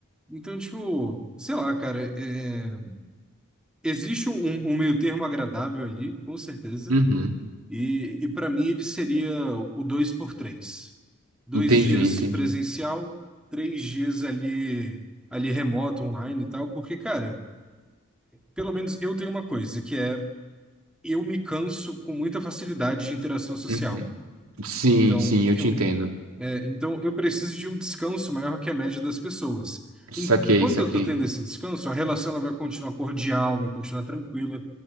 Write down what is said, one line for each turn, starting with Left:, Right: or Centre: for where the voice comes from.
Centre: Então, tipo, sei lá, cara, é, existe um, um meio termo agradável ali, com certeza.
Right: uhum,
Centre: E, e para mim ele seria o dois por três. Dois
Right: Entendi,
Centre: dias
Right: entendi.
Centre: presencial, três dias ali, ali remoto, online e tal, porque, cara, pelo menos eu tenho uma coisa, que é eu me canso com muita facilidade de interação social.
Right: uhum. Sim,
Centre: Então,
Right: sim, eu
Centre: eu,
Right: te entendo.
Centre: é, então, eu preciso de um descanso maior que a média das pessoas.
Right: Saquei,
Centre: Em- Enquanto
Right: saquei.
Centre: eu estou tendo esse descanso, a relação ela vai continuar cordial, vai continuar tranquila,